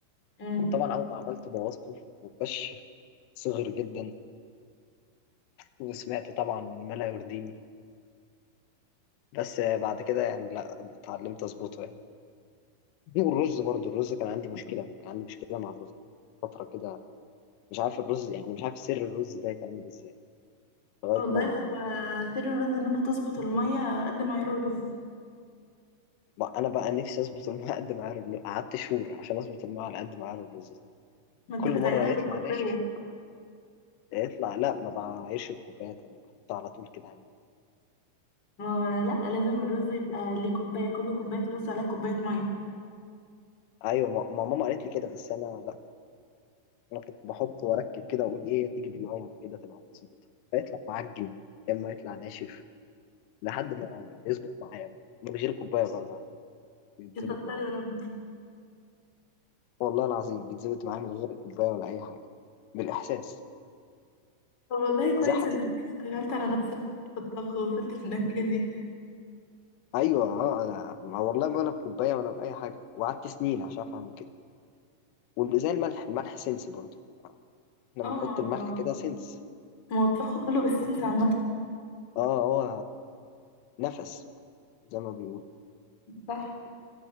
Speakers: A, on the left (about 25°); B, on the left (about 85°).
A: امم
B: طبعا أول ما عملت بوظته وكش صغر جدا وسمعت طبعا ما لا يرضيني بس بعد كده يعني لا اتعلمت أظبطه يعني دي والرز برضو الرز كان عندي مشكلة كان عندي مشكلة مع الرز فترة كده مش عارف الرز يعني مش عارف سر الرز ده يتعمل ازاي لغاية
A: والله
B: ما
A: هو سر الرز ان انت تظبط المية قد معيار الرز
B: ما أنا بقى نفسي أظبط الماء قد ما عارف قعدت شهور عشان أظبط الماء على قد ما عارف الرز
A: ما انت
B: كل
A: بتعيرها
B: مرة يطلع
A: بالكوباية
B: ناشف يطلع لا ما بعايرش بكوبايات أنا بحطها على طول كده عمي.
A: ما هو لا لازم الرز يبقى ليه كوباية كل كوباية رز عليها كوباية مية
B: أيوة ما ما ماما قالت لي كده بس أنا لا أنا كنت بحط وأركب كده وأقول إيه تيجي بالمية كده تبقى مظبوطة فيطلع معجن يا إما يطلع ناشف لحد ما يظبط معايا بقى من غير كوباية برضه على فكرة بيتظبط
A: يسطر
B: معايا
A: يا رب
B: والله العظيم بيتظبط معاه من غير كوباية ولا أي حاجة بالإحساس
A: طب والله كويس
B: زي حتى
A: انك اشتغلت على نفسك في الطبخ ووصلت للنتيجة دي
B: أيوه أه أنا ما والله ولا بكوباية ولا بأي حاجة وقعدت سنين عشان أفهم كده وزي الملح الملح سنس برضه إحنا
A: اه
B: بنحط الملح
A: ما
B: كده سنس
A: ما هو الطبخ كله بالسنس عامة
B: أه هو نفس بقى، زي ما بيقولوا
A: صح